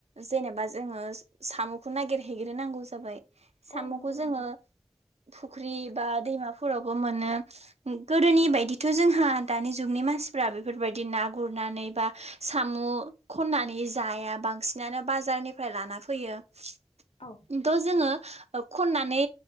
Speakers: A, on the right (about 75°); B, on the left (about 60°).
A: जेनोबा जोङो साम'खौ नागिरहैग्रोनांगौ जाबाय। साम'खौ
B: औ नंगौ नोंथां
A: जोङो फुख्रि बा दैमाफोरावबो मोनो। गोदोनि बायदि थ' जोंहा दानि जुगनि मानसिफ्रा बेफोरबायदि ना गुरनानै बा साम' खननानै जाया बांसिनानो बाजारनिफ्राय लाना फैयो ओमथ'
B: औ
A: जोङो ओ खननानै